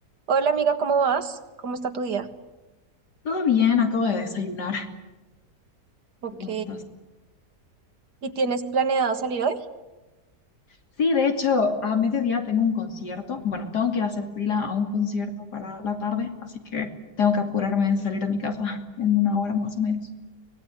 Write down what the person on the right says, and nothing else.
Hola amiga, ¿cómo vas? ¿Cómo está tu día?
Ok.
¿Y tienes planeado salir hoy?